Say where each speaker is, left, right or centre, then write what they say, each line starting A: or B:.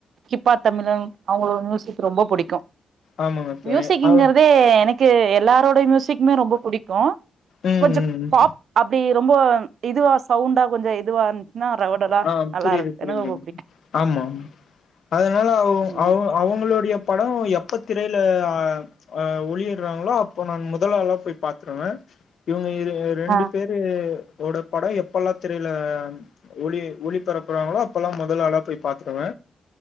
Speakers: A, on the right (about 65°); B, on the left (about 60°).
A: ஹிப்பாப் தமிழா அவங்களோட முவி க்கு ரொம்ப புடிக்கு
B: ஆமாங்க தோழி
A: மியூசிக்ங்றதே
B: அ
A: எனக்கு <unintelligible> எல்லாரோட மியூசிக்மே ரொம்ப புடிக்கு
B: ம் ம்
A: கொஞ்ச
B: ம்.
A: பாப் அப்டி ரொம்ப இதுவா சவுண்டா கொஞ்சோ இதுவா இருந்ச்சுன்னா ரவுடெலா
B: ஆ
A: நல்லா
B: புரியுது
A: இருக்
B: புரியுதுங்
A: எனக் ரொம்ப பிடிக்கு
B: ஆமா ஆமா அதனால அவோ
A: ம்
B: அவ் அவொங்களுடைய பட எப்ப திரயில ஆ ஒளியிடுறாங்களோ அப்போ நா முதலாள போய் பார்த்திருவே இவங்க அ இது ரெண்டு
A: ஆ
B: பேரு ரோட பட எப்பெல்லா திரையில் ல ஒளி ஒளிபரப்புறாங்களோ அப்பல்லா முதல் ஆளா போய் பாத்துருவ